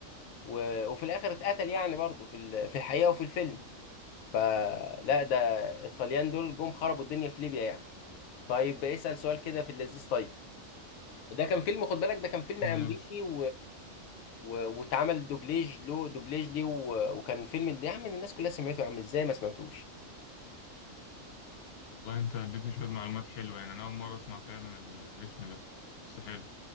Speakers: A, on the left; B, on the left.
A: و... وفي الاخر اتقتل يعني برضه في ال... في الحقيقه وفي الفيلم فلا ده الطليان دول جم خربوا الدنيا في ليبيا يعني طيب اسأل سؤال كده في اللذيذ طيب ده كان فيلم خد بالك ده كان فيلم امريكي
B: ماشي
A: و... و... واتعمل دوبليج له دوبليج ليه و... وكان فيلم يا عم الناس كلها سمعته يا عم ازاي ما سمعتوش
B: والله انت اديتني شويه معلومات حلوه يعني انا اول مره اسمع فعلا ال- الاسم ده بس حلو